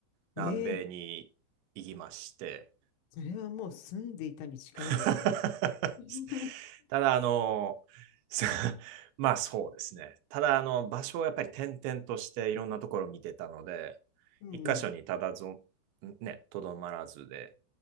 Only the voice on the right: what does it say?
南米に行きまして、
<laughs>
ただ、あの、<laughs> まあそうですね。ただ、あの、場所をやっぱり転々としていろんなところを見てたので、
一箇所にただぞ、ね、とどまらずで、